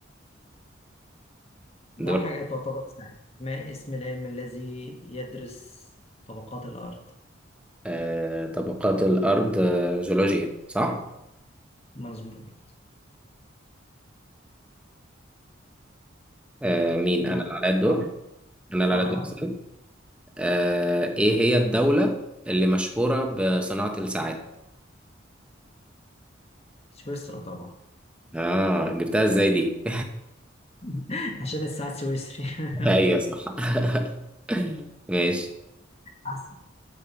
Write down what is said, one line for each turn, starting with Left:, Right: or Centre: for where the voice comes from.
Left: ده
Centre: <laughs> دور
Left: حاجة تعتبر سهلة ما اسم العلم الذي يدرس طبقات الأرض
Centre: آه طبقات الأرض آه، جيولوجيا صح؟
Left: مظبوط
Centre: آه مين أنا
Left: دول
Centre: اللي عليا الدور؟
Left: تمام
Centre: أنا اللي
Left: اه
Centre: عليا الدور أسأل. آه إيه هي الدولة اللي مشهورة بصناعة الساعات؟
Left: سويسرا طبعا
Centre: اه جبتها ازاي دي
Left: <laughs> عشان الساعة السويسري <laughs>
Centre: <laughs> ايوه صح <laughs> ماشي
Left: أحسن